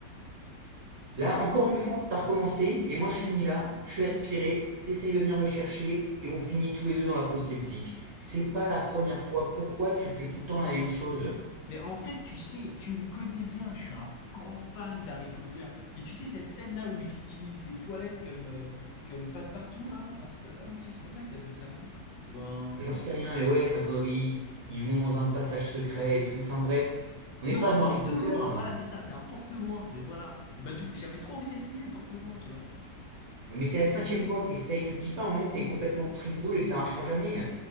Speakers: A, on the left; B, on the right.
A: Ouais.
B: Là, encore une fois, t'as recommencé et moi je finis là, je suis aspiré, t'essayes de venir me chercher et on finit tous les deux dans la fosse septique. C'est pas la première fois. Pourquoi tu fais tout le temps la même chose?
A: Mais en fait, tu sais, tu me connais bien, je suis un grand fan d'Harry Potter. Et tu sais, cette scène-là où ils utilisent les toilettes comme, euh, comme passe-partout, là? Non, c'est pas ça? Si, c'est comme ça qu'ils appellent ça, non? Ou un...
B: J'en sais rien, mais ouais, enfin, quand ils, ils vont dans un passage secret et tout. Enfin bref, on n'est
A: Non,
B: pas
A: un
B: dans
A: porte-loin!
B: Harry Potter. là.
A: Voilà, c'est ça, c'est un porte-loin. Mais voilà. Et bah, du coup, j'avais trop envie d'essayer le porte-loin, tu vois.
B: Oui, Mais c'est la cinquième fois que t'essayes, tu te dis pas un moment que t'es complètement trisboule et que ça marchera jamais.